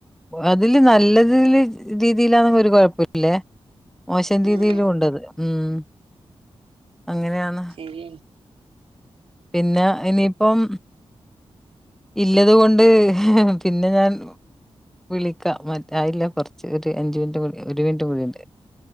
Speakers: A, in the centre; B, on the right.
A: അതില് നല്ലതില് രീതിയിലാന്നെങ്കി ഒരു കൊഴപ്പുല്ലേ മോശം രീതിയിലും
B: ആഹ്
A: ഉണ്ടത് ഉം അങ്ങനെയാന്ന്! !!!!!!!!!
B: എയ് <unintelligible>
A: പിന്നെ ഇനിയിപ്പം ഇല്ലത്കൊണ്ട് ഹ് ഹ് പിന്നെ ഞാൻ വിളിക്ക മറ്റെആയില്ല കൊർച്ച് ഒരു അഞ്ച് മിനിറ്റും കൂടി ഒരു മിനിറ്റും കൂടിണ്ട്